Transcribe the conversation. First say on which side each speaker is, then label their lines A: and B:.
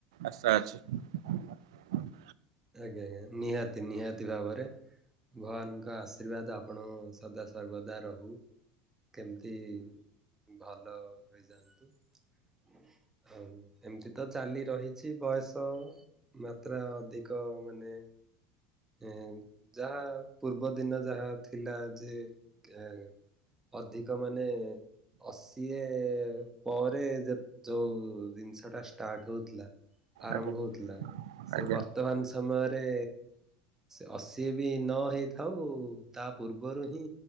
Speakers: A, on the right; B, on the right.
A: ଆସା ଅଛି। <unintelligible>
B: ଆଜ୍ଞା ଆଜ୍ଞା ନିହାତି ନିହାତି ଭାବରେ, ଭଗବାନଙ୍କ ଆଶୀର୍ବାଦ ଆପଣ ସଦା ସର୍ବଦା ରହୁ, କେମିତି ଭଲ୍ ଭଲ ହେଇଯାଆନ୍ତୁ <unintelligible> ଆଉ ଏମତି ତ ଚାଲି ରହିଛି, ବୟସ ମାତ୍ରା ଅଧିକ ମାନେ ଏଁ, ଯାହା ପୂର୍ବ ଦିନ ଯାହା ଥିଲା ଯେ କେଁ ଅଧିକ ମାନେ ଅ ସିଏ ପରେ ଯୋଉ ଜିନିଷ ଟା ଷ୍ଟାର୍ଟ ହଉଥିଲା। ଆରମ୍ଭ
A: ଆଜ୍ଞା
B: ହଉଥିଲା। ସେ
A: ଆଜ୍ଞା
B: ବର୍ତ୍ତମାନ ସମୟରେ ଅ ସିଏ ବି ନ ହେଇଥାଉ। ତା ପୂର୍ବରୁ ହିଁ